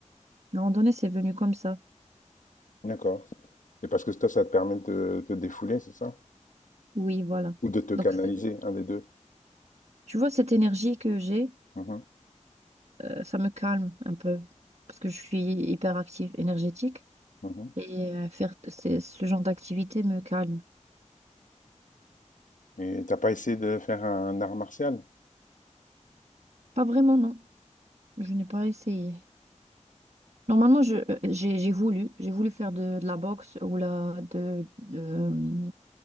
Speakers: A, on the right (about 60°); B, on the left (about 85°).
A: À un moment donné, c'est venu comme ça.
B: d'accord. Et parce que toi, ça te permet de te, te défouler, c'est ça?
A: Oui, voilà.
B: Ou de te
A: Donc,
B: canaliser,
A: c'est-
B: un des deux.
A: tu vois, cette énergie que j'ai,
B: Mhm,
A: euh, ça me calme un peu parce que je suis hyper active, énergétique
B: mhm.
A: et euh, faire c'est- ce genre d'activité me calme.
B: Et t'as pas essayé de faire un art martial?
A: Pas vraiment, non. Je n'ai pas essayé. Normalement, je, euh, j'ai, j'ai voulu, j'ai voulu faire de, de la boxe ou la, de, de, euh,